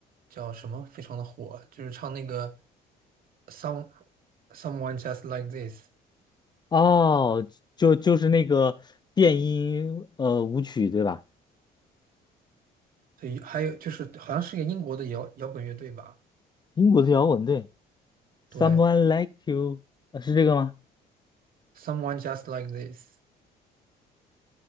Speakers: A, on the right (about 55°); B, on the left (about 25°).
A: 叫什么非常的火，就是唱那个 Some Someone Just Like This，
B: 哦，就就是那个电音呃舞曲，对吧？
A: 所以还有就是好像是一个英国的摇摇滚乐队吧，
B: 英国的摇滚，对。
A: 对
B: Someone Like You，呃是这个吗？
A: ，Someone Just Like This，